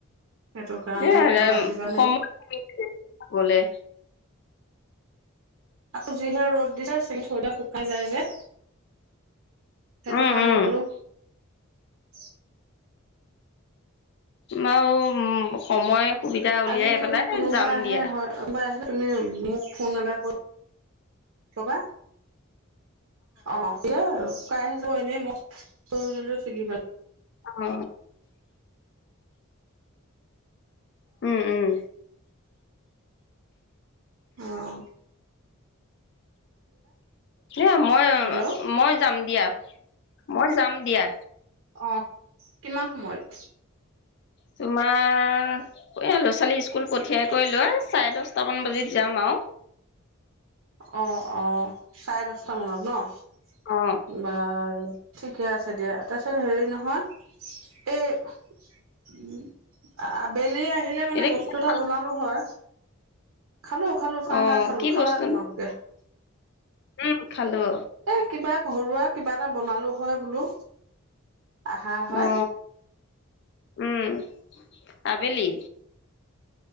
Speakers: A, on the right (about 65°); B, on the left (about 55°).
A: সেইটো কাৰণে
B: এ
A: বোলো আহিবানে
B: সময়
A: আকৌ যিহে ৰদ দি চাই চি ঘৰতে শুকাই যায় যে সেইটো
B: উম
A: কাৰণে
B: উম
A: বোলো <unintelligible>
B: আৰু উ সময় সুবিধা উলিয়াই
A: আজি
B: পেলাই
A: যদি কোনোবা
B: যাম
A: আহে
B: দিয়া
A: হয় বা আহিলে তুমি মোক ফোন এটা কৰিব কবা অ এয়া আৰু শুকাই আহিছোঁ এনেই মই কৰি দিলো ছিগি পেলাই
B: অ উম উম
A: অহ
B: দে মই
A: হেল্ল'
B: মই যাম দিয়া মই যাম দিয়া
A: অ কিমান সময়ত
B: তোমাৰ এ ল'ৰা ছোৱালী স্কুল পঠিয়াই কৰি লোৱা চাৰে দহ চটামান বাজিত যাম আও
A: অ অ চাৰে দহটা মানত ন
B: অ
A: বাঁৰু ঠিকে আছে দিয়া তাৰপিছত হেৰি নহয় এই আ-আবেলি আহিলে মানে
B: এতিয়া
A: বস্তু
B: কিবা
A: এটা
B: খালা
A: বনালো হয় খালো খালো চাহ
B: অ
A: তাহ খালো
B: কি
A: খালাত
B: বস্তু
A: <unintelligible>
B: উম খালো
A: এ কিবা ঘৰুৱা কিবা এটা বনালো হয় বোলো আহা হয়
B: অ উম আবেলি